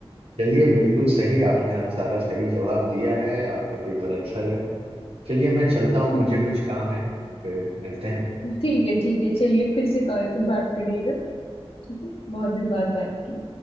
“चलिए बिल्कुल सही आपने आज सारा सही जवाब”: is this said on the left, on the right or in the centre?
Right